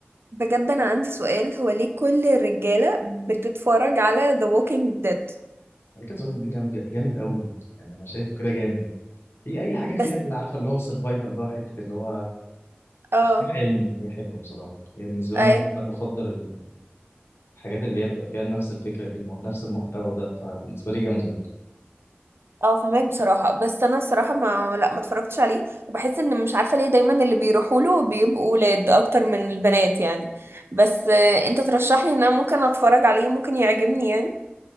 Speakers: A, on the right; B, on the left.
A: بجد انا عندي سؤال هو ليه كل الرجاله بتتفرج على The Walking Dead
B: على فكره ذا ووكينج ديد جامد جامد قوي يعني انا شايفه كده جامد هي اي حاجه
A: بس
B: فيها اللي عارفه اللي هو السرفايفل بقى وحته اللي هو
A: اه
B: خيال علمي هي حلوه بصراحه هي بالنسبه لي
A: اي
B: انا انا بفضل الحاجات اللي هي بتبقى فيها نفس الفكره دي الم... نفس المحتوى ده فبالنسبه لي جامده
A: اه فهمك بصراحة بس انا الصراحة ما لا ما اتفرجتش عليه وبحس ان مش عارفة ليه دايما اللي بيروحوا له بيبقوا ولاد اكتر من البنات يعني بس آه، انت ترشح لي ان انا ممكن اتفرج عليه ممكن يعجبني يعني